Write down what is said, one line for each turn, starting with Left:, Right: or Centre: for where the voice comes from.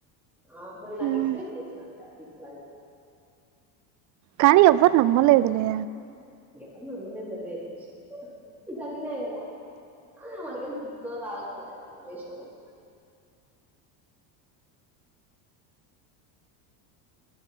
Centre: ఆ మళ్ళ నాకు
Right: మ్,
Centre: ఎక్స్ప్లెయిన్ చేసినారు అది ఇట్ల చేస
Right: కానీ ఎవరు నమ్మలేదు లే
Centre: అన్ను లొల్లి ఏందో అది వేరు విషయం జరిగినాయి కదా ఆ మనకెంత నోరు ఆగుతద వేషిన మంది